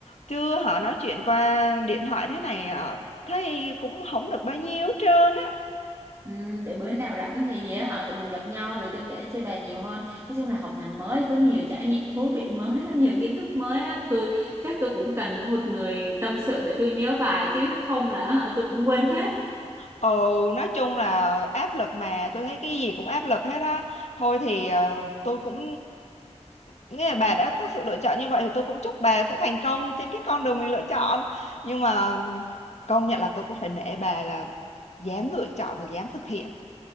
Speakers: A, on the left (about 70°); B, on the right (about 25°).
A: chứ họ nói chuyện qua điện thoại thế này ờ, thấy cũng không được bao nhiêu hết trơn á.
B: Ừ, để bữa nào rảnh thì ờ, họ tụi mình gặp nhau rồi tôi kể cho bà nhiều hơn nói chung là học ngành mới có nhiều trải nghiệm thú vị mới lắm nhiều kiến thức mới lắm tôi chắc tôi cũng cần với một người tâm sự để tôi nhớ bài chứ không là họ tôi cũng quên hết
A: Ừ, nói chung là áp lực mà tôi thấy cái gì cũng áp lực hết á. Thôi thì ờ, tôi cũng nghĩa là bà đã có sự lựa chọn như vậy thì tôi cũng chúc bà sẽ thành công trên cái con đường mình lựa chọn. Nhưng mà công nhận là tôi cũng phải nể bà là dám lựa chọn và dám thực hiện.